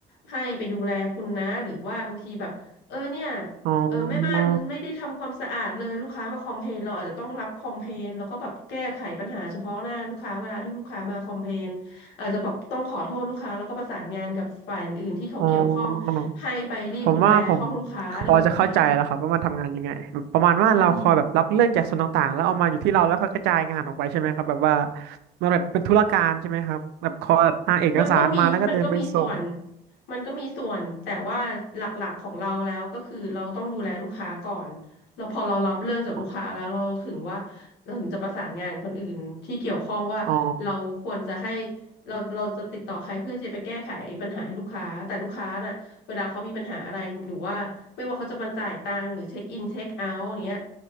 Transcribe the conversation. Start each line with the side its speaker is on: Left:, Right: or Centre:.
Left: ให้ไปดูแลคุณนะหรือว่าบางทีแบบเออเนี่ย
Right: อ๋อ
Left: เออแม่บ้านไม่ได้ทำความสะอาดเลยลูกค้ามาคอมเพลนเราอาจจะต้องรับคอมเพลนแล้วก็แบบแก้ไขปัญหาเฉพาะหน้าลูกค้าเวลาที่ลูกค้ามาคอมเพลนอาจจะแบบต้องขอโทษลูกค้าแล้วก็ประสานงานกับฝ่ายอื่นที่เขาเกี่ยวข้อง
Right: อ๋อ
Left: ให้ไปรีบดูแลห้องลูกค้าอะไรแบบเนี้ยค่ะ
Right: ผมว่าผมพอจะเข้าใจแล้วครับว่ามันทำงานยังไงแบบประมาณว่าเราคอยแบบรับเรื่องจากส่วนต่างๆแล้วเอามาอยู่ที่เราแล้วค่อยกระจายงานออกไปใช่ไหมครับแบบว่า
Left: อืม
Right: มันแบบเป็นธุรการใช่ไหมครับแบบคอยแบบอ่าเอกสารมาแล้วก็เดินไปส่ง
Left: มันก็มีมันก็มีส่วนมันก็มีส่วนแต่ว่าหลักๆของเราแล้วก็คือเราต้องดูแลลูกค้าก่อนเราพอเรารับเรื่องจากลูกค้าแล้วเราถึงว่าเราถึงจะประสานงานกับคนอื่นที่เกี่ยวข้องว่าเราควรจะให้
Right: อ๋ออ๋อ
Left: เราเราจะติดต่อใครเพื่อจะไปแก้ไขปัญหาให้ลูกค้าแต่ลูกค้าน่ะเวลาเขามีปัญหาอะไรหรือว่าไม่ว่าเขาจะมาจ่ายตังค์หรือเช็คอินเช็คเอาท์อย่างเงี้ย